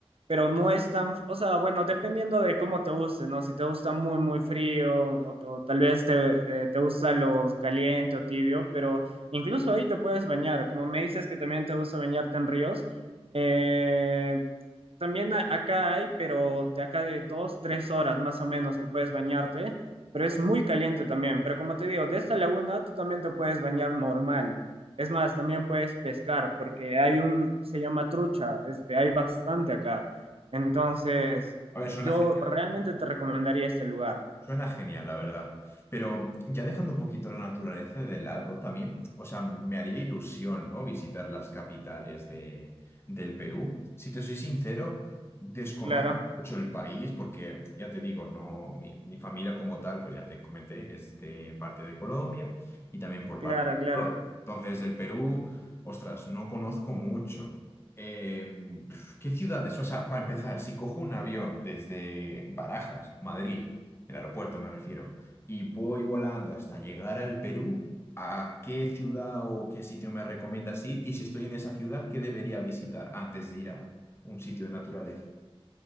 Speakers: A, on the right (about 65°); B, on the left (about 25°).
A: pero no es tan, o sea, bueno, dependiendo de cómo te guste, ¿no? Si te gusta muy, muy frío o, o tal vez te, eh, te gusta lo caliente o tibio, pero incluso ahí te puedes bañar, como me dices que también te gusta bañarte en ríos, eh, también a- acá hay, pero de acá de dos, tres horas más o menos que puedes bañarte, pero es muy caliente también. Pero como te digo, de esta laguna tú también te puedes bañar normal. Es más, también puedes pescar porque hay un, se llama trucha, este, hay bastante acá. Entonces,
B: A ver, suena,
A: yo
B: ge-
A: realmente te recomendaría este lugar.
B: suena genial, la verdad. Pero ya dejando un poquito la naturaleza de lado, también, o sea, me haría ilusión, ¿no? Visitar las capitales de, del Perú. Si te soy sincero, desconozco
A: Claro,
B: mucho el país porque, ya te digo, no, mi, mi familia como tal, pues ya te comenté, es de parte de Colombia y también por
A: claro,
B: parte
A: claro.
B: entonces, del Perú, ostras, no conozco mucho. Eh, pf, ¿qué ciudades? O sea, para empezar, si cojo un avión desde Barajas, Madrid, el aeropuerto me refiero, y voy volando hasta llegar al Perú, ¿a qué ciudad o qué sitio me recomiendas ir? Y si estoy en esa ciudad, ¿qué debería visitar antes de ir a un sitio de naturaleza?